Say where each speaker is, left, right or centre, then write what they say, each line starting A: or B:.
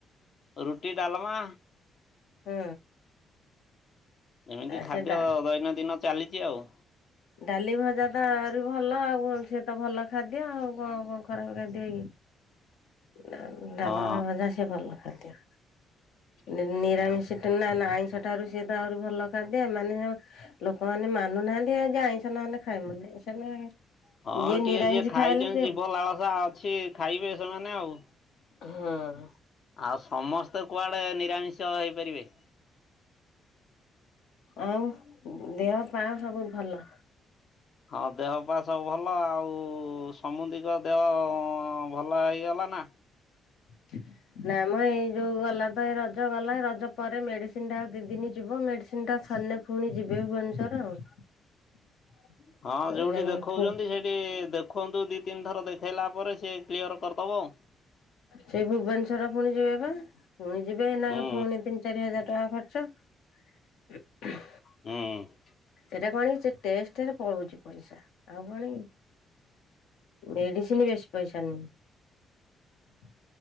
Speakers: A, on the left; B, on the left.
A: ରୁଟି ଡାଲମା,
B: ହୁଁ।
A: ଏମିତି
B: ଆ
A: ଖାଦ୍ୟ
B: ସେ ଡା
A: ଦୈନନ୍ଦିନ ଚାଲିଛି ଆଉ
B: ଡାଲି ଭଜା ତ ଆହୁରି ଭଲ ସିଏ ତ ଭଲ ଖାଦ୍ୟ ଆଉ କଣ କଣ ଖରାପ ଖାଦ୍ୟ କି? ଉ ଡାଲମା
A: ହଁ।
B: ଭଜା ସେ ଭଲ ଖାଦ୍ୟ। ନି ନିରାମିଷ ନା ନା ଆଇଁଷ ଠାରୁ ସିଏ ତ ଆହୁରି ଭଲ ଖାଦ୍ୟ ଏମାନେ ଲୋକମାନେ ମାନୁନାହାନ୍ତି ଆଜି ଆଇଁଷ ନଣିଲେ ଖାଇବୁଣି ସେମାନେ
A: ହଁ ଟିକେ
B: ନିରାମିଷ
A: ଯିଏ ଖାଇଛନ୍ତି
B: ଖାଇଲା ସେ
A: ଜିଭ ଲାଳସା ଅଛି ଖାଇବେ ସେମାନେ ଆଉ
B: ହଁ।
A: ଆଉ ସମସ୍ତେ କୁଆଡେ ନିରାମିଷ ହେଇପାରିବେ,
B: ଆଉ ଦେହ ପା ସବୁ ଭଲ?
A: ହଁ ଦେହ ପା ସବୁ ଭଲ ଆଉ ସମୁଦିଙ୍କ ଦେହ ଭଲ ହେଇଗଲା ନା?
B: କେ <inaudible> ନା ମ ଏଇ ଯୋଉ ଗଲା ତ ଏଇ ରଜ ଗଲା ରଜ ପରେ ମେଡିସିନ୍ ଟା ଆଉ ଦି ଦିନି ଯିବ ମେଡିସିନ ଟା ସନେ ପୁଣି ଯିବେ ଭୁବନେଶ୍ୱର ଆଉ।
A: ହଁ ଯୋଉଠି
B: ଯାଇକି
A: ଦେଖଉଛନ୍ତି ସେଇଠି ଦେଖ ଦେଖନ୍ତୁ ଦି ତିନି ଥର ଦେଖେଇଲା ପରେ ସେ କ୍ଲିୟର କରିଦବ ଆଉ।
B: ସେଇ ଭୁବନେଶ୍ଵର ପୁଣି ଯିବେ ପା ପୁଣି ଯିବେ ନା
A: ହୁଁ
B: ପୁଣି ତିନି ଚାରି ହଜାର ଟଙ୍କା ଖର୍ଚ୍ଚ ହୁଁ
A: ହୁଁ।
B: ସେଟା କଣକି ସେ ଟେଷ୍ଟରେ ପଳଉଛି ପଇସା ଆଉ କଣକି? ମେଡିସିନ ବେଶୀ ପଇସା ନୁହେଁ।